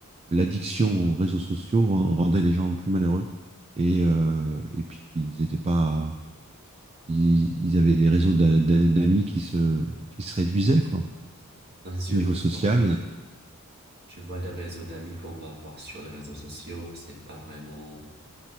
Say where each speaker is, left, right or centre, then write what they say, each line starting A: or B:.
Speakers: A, on the right (about 25°); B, on the right (about 50°).
A: l'addiction aux réseaux sociaux rendait les gens plus malheureux et, euh, et puis qu'ils n'étaient pas. Ils, ils, avaient des réseaux d'a- d'a- d'amis qui se, qui se réduisaient, quoi,
B: Bien sûr,
A: au niveau
B: parce
A: social.
B: qu'en fait,
A: Et,
B: Tu vois, les réseaux d'amis qu'on va avoir sur les réseaux sociaux, c'est pas vraiment